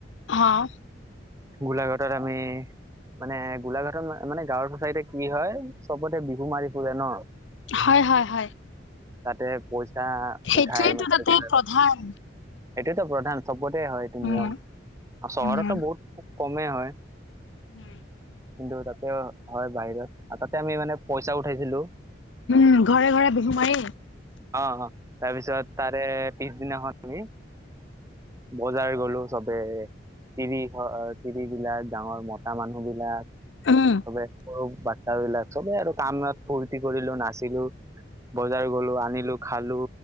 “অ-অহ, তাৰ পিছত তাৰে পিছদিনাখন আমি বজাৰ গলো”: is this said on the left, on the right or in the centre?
Right